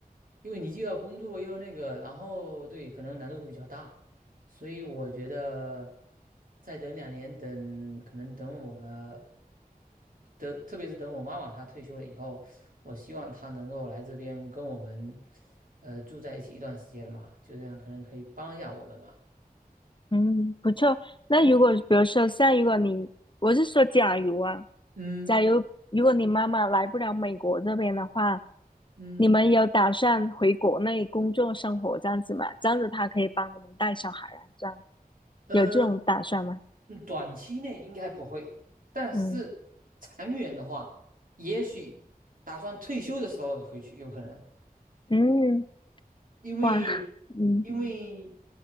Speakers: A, on the right (about 60°); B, on the left (about 30°).
A: 因为你既要工作又要那个，然后对，可能难度会比较大。所以我觉得再等两年，等可能等我的，等特别是等我妈妈她退休了以后，我希望她能够来这边跟我们，呃，住在一起一段时间嘛，就这样可能可以帮一下我们嘛。
B: 嗯，不错。那如果比如说像如果你，我是说假如啊，
A: 嗯
B: 假如如果你妈妈来不了美国这边的话，
A: 嗯
B: 你们有打算回国内工作生活这样子吗？这样子她可以帮你们带小孩啊，这样
A: 呃，
B: 有这种打算吗？
A: 嗯短期内应该不会，但是长远的话，
B: 嗯
A: 也许打算退休的时候回去有可能。
B: 嗯，
A: 因为
B: 哇，<laughs> 嗯
A: 因嗯为